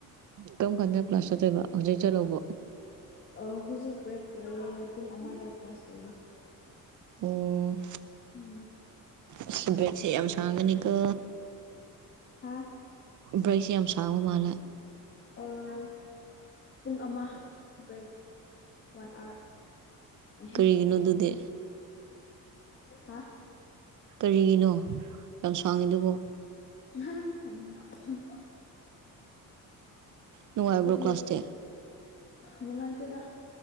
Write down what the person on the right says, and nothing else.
ꯀꯔꯝ ꯀꯥꯟꯗ ꯀ꯭ꯂꯥꯁ ꯆꯠꯇꯣꯏꯕ ꯍꯧꯖꯤꯛ ꯆꯠꯂꯥꯕꯣ
ꯎꯡ
ꯑꯁꯤ ꯕ꯭ꯔꯦꯛꯁꯦ ꯌꯥꯝ ꯁꯥꯥꯡꯒꯅꯤꯀꯣ
ꯕ꯭ꯔꯦꯛ ꯁꯦ ꯌꯥꯝ ꯁꯥꯡꯕ ꯃꯥꯜꯂꯦ
ꯀꯩꯒꯤꯅꯣ ꯑꯗꯨꯗꯤ
ꯀꯔꯤꯒꯤꯅꯣ ꯌꯥꯝ ꯁꯥꯡꯉꯤ ꯗꯨꯕꯣ
ꯅꯨꯡꯉꯥꯏꯕ꯭ꯔꯣ
ꯀ꯭ꯂꯥꯁꯇꯤ